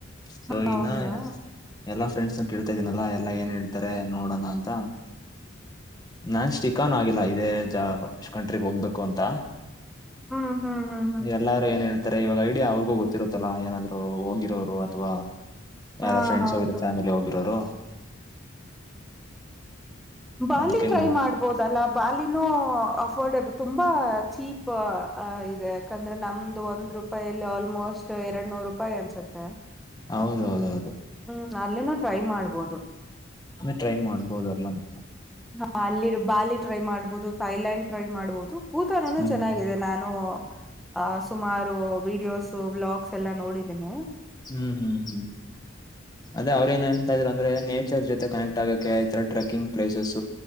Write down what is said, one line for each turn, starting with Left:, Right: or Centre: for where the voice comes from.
Left: ಸೊೋಗನ್ನ
Centre: ಹೌದಾ
Left: ಎಲ್ಲ ಫ್ರಂಡ್ಸ್ ಕೇಳ್ತಾ ಇದೀನಲ್ಲ ಎಲ್ಲಾ ಏನ್ ಹೇಳ್ತಾರೆ ನೋಡೋಣ ಅಂತ ನಾನ್ ಚಿಕಾನ್ ಆಗಿಲ್ಲ ಇದೇ ಜ ಕಂಟ್ರಿಗ್ ಹೋಗ್ಬೇಕು ಅಂತ
Centre: ಹ್ಮ್ ಹ್ಮ್ ಹ್ಮ್ ಹ್ಮ್
Left: ಎಲ್ಲಾರು ಏನೇನು ಆತ್ತರ ಇವಾಗ ಇಡೀ ಅವ್ರಿಗೂ ಗೊತ್ತಿರುತ್ತಲ್ಲಾ ಏನಾದ್ರು ಹೋಗಿರೋರು ಅಥವಾ
Centre: ಹಾ
Left: ಯಾರ ಫ್ರೆಂಡ್ಸ್
Centre: ಹೌದು
Left: ಹೋಗಿರ ಫ್ಯಾಮಿಲಿ ಹೋಗಿರೋರು
Centre: ಬಾಲ
Left: ಅದಕ್ಕೆ
Centre: ಟ್ರೈ
Left: ನೋಡ
Centre: ಮಾಡ್ಬೋದು ಲ್ಲ ಬಾಲಿನೂ ಅಫೋರ್ಡೆಬಲ್ ತುಂಬಾ ಚೀಪ್ ಇದೆ ಯಾಕಂದ್ರೆ ನಮ್ದು ಒಂದ್ ರೂಪಾಯಿಯಲ್ಲಿ ಆಲ್ಮೋಸ್ಟ್ ಎರಡ್ ನೂರು ರೂಪಾಯಿ ಅನ್ಸುತ್ತೆ
Left: ಹೌದ ಹೌದೌದು
Centre: ಹ್ಮ್ ಅಲ್ಲೇನು ಟ್ರಮಾಡ್ಬೋದು
Left: ಟ್ರೈ ಮಾಡ್ಬೋದಲ್ಲ ನ
Centre: ಹ ಅಲ್ಲಿ ಬಾಲಿ ಟ್ರೈ ಮಾಡ್ಬೋದು ಥೈಲ್ಯಾಂಡ್ ಟ್ರೈ ಮಾಡ್ಬೋದು ಊತನನ್ನು
Left: ಹ್ಮ್
Centre: ಚೆನ್ನಾಗಿದೆ ನಾನು ನು ಸುಮಾರು ವೀಡಿಯೋಸ್ ವ್ಲಾಗ್ಸ್ ಎಲ್ಲ ನೋಡಿದೀನಿ
Left: ಹ್ಮ್ ಹ್ಮ್ ಹ್ಮ್ ಅದೇ ಅವ್ರ ಏನ ಎಂತ ಅಂದ್ರೆ ನೇಚರ್ ಜೊತೆ ಕನೆಕ್ಟ್ ಆಗಕ್ಕೆೆ ಈ ತರ trekking places